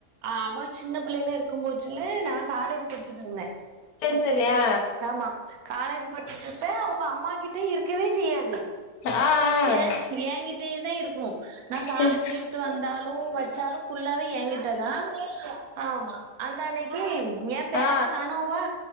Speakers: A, on the right; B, on the left.
A: அவ சின்ன பிள்ளைல இருக்கும் போச்சுல நா காலேஜ் படிச்சுட்டு இருந்த
B: செரி செரி ஆ
A: ஆமா காலேஜ் படிச்சிட்டு இருப்ப அவுங்க அம்மா கிட்ட இருக்கவே செய்யாது
B: ஆ ஆ
A: ஏ ஏங்கிட்டயே தா இருக்கு நா காலேஜ்
B: செரி
A: விட்டு வந்தாலு வச்சாலு ஃபுல்லாவே ஏங்கிட்ட தா ஆமா அந்த அன்னைக்கு எ பேருஸ்
B: ஆ
A: சனோவா